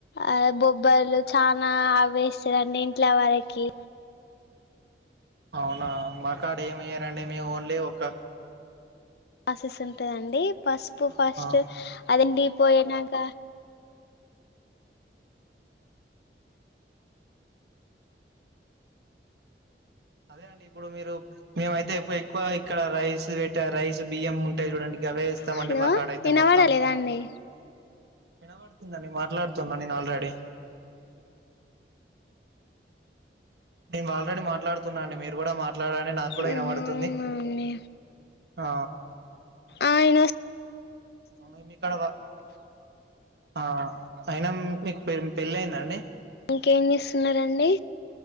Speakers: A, on the left; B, on the right.
A: ఆ బో బ్బర్లు చనా అ్వేస్తారండి ఇంట్ల వరకి
B: అవునా మాకు కాడ ఏమయ్యారండి మీము ఓన్లీ ఒక
A: ఆసెస్ ఉంటాదండి పసుపు
B: ఆహా
A: ఫస్ట్ అదండీ పోయినాక
B: అదే అండి ఇప్పుడు మీరు మేమయితే ఎక్కువ ఎక్కువ ఇక్కడ రైస్ పెట్ట రైస్ బియ్యం ఉంటాయి చూడండి గవే వేస్తామండి
A: హలో
B: మా కాడైతే
A: ఇనపడ
B: మొత్తం
A: లేదా అండి
B: వినబడుతుందండి మాట్లాడుతున్నా నేను ఆల్రెడీ నేను ఆల్రెడీ మాట్లాడుతున్నా అండి మీరు కూడా మాట్ మాట్లాడనే నాకు కూడా
A: ఆహా
B: వినబడుతుంది
A: అవునా అండి
B: ఆ
A: ఆ ఇను
B: ఇంటికాడ వర్క్ ఆ అయినా మీకు పెళ్ళి అయిందండి
A: ఇంకేం చేస్తున్నారండి